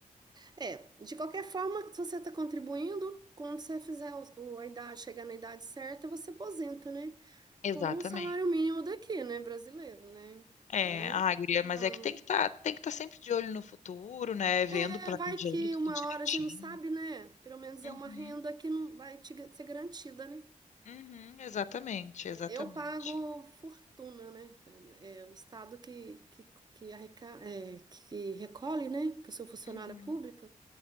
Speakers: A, on the right; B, on the left.
A: É, de qualquer forma, se você está contribuindo, quando você fizer o, o- a idade, chegar na idade certa, você aposenta, né?
B: Exatamente.
A: Com um salário mínimo daqui, né? Brasileiro, né?
B: É,
A: Né?
B: ah, guria,
A: Então,
B: mas é que tem que estar tem que estar sempre de olho no futuro, né? Vendo,
A: é,
B: planejando
A: vai que uma
B: tudo direitinho.
A: hora a gente não sabe, né? Pelo menos
B: Uhum,
A: é uma renda que não vai te ga- ser garantida, né?
B: uhum, exatamente, exatamente.
A: Eu pago fortuna, né? É o Estado que, que, que, arreca, é, que recolhe, né? Que eu sou funcionária
B: Uhum,
A: pública.